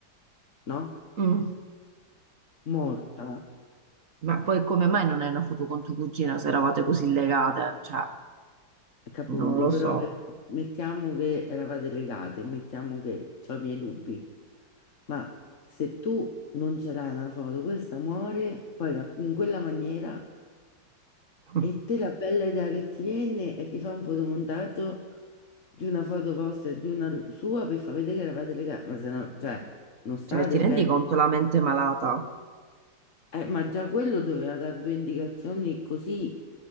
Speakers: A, on the left (about 45°); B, on the right (about 50°).
A: no?
B: Mm.
A: Morta,
B: Ma poi come mai non è una foto con tua cugina se eravate così legate? Cioè,
A: che appunto,
B: non lo
A: però
B: so.
A: che- mettiamo che eravate legate, mettiamo che ho i miei dubbi, ma se tu non ce l'hai una foto, questa muore, poi da- in quella maniera...
B: <laughs>
A: E te la bella idea che ti viene è di fare un fotomontaggio di una foto vostra e di una sua per far vedere che eravate legati, ma se no, cioè, non state
B: Cioè, ti rendi
A: bene.
B: conto la mente malata?
A: Eh, ma già quello doveva dare due indicazioni così,